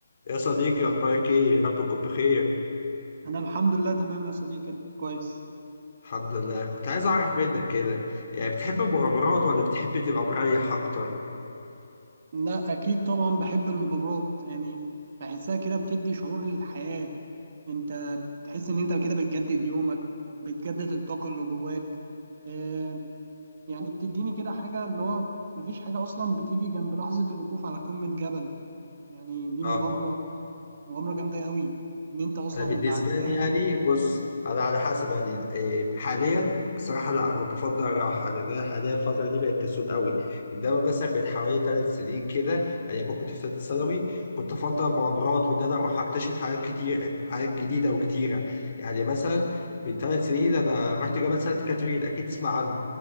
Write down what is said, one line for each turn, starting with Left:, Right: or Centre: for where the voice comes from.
Left: يا صديقي أخبارك إيه؟ يا رب تكون بخير،
Right: انا الحمد لله تمام يا صديقي كويس
Left: الحمد لله، كنت عايز أعرف منك كده، يعني بتحب المغامرات ولا بتحب تبقى مريح أكتر؟
Right: لا اكيد طبعا بحب المغامرات يعني بحسها كده بتدي شعور للحياة انت بتحس ان انت كده بتجدد يومك بتجدد الطاقة اللي جواك آه، يعني بتديني كده حاجة اللي هو مفيش حاجة اصلا بتيجي جنب لحظة الوقوف على قمة جبل يعني دي
Left: أه،
Right: مغامرة مغامرة جامدة قوي ان انت اصلا
Left: أنا بالنسبة
Right: بعد
Left: لي
Right: رحلة
Left: يعني بص، أنا على حسب يعني إيه، حاليا الصراحة لا بفضل الراحة، لأن أنا حاليا الفترة دي بقت كسول قوي، إنما مثلا من حوالي ثلاث سنين كده أيام ما كنت في ثالثة ثانوي كنت أفضل المغامرات وإن أنا أروح أكتشف حاجات كتير حاجات جديدة وكتيرة، يعني مثلا من ثلاث سنين أنا رحت جبل سانت كاترين، أكيد تسمع عنه.